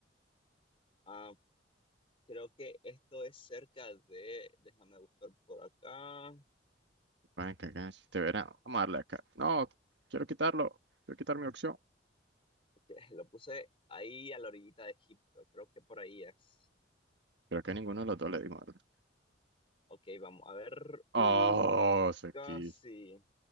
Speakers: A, on the left (about 30°); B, on the right (about 65°).
A: Ah, creo que esto es cerca de, déjame buscar por acá.
B: Van que acá este verano. Vamos a darle acá. No, quiero quitarlo. Quiero quitar mi opción.
A: <laughs> Lo puse ahí a la orillita de Egipto, creo que por ahí es.
B: Creo que a ninguno de los dos le dimos. ¿verdad?
A: Ok, vamos a ver. Uh,
B: Oh, se
A: casi.
B: quiso.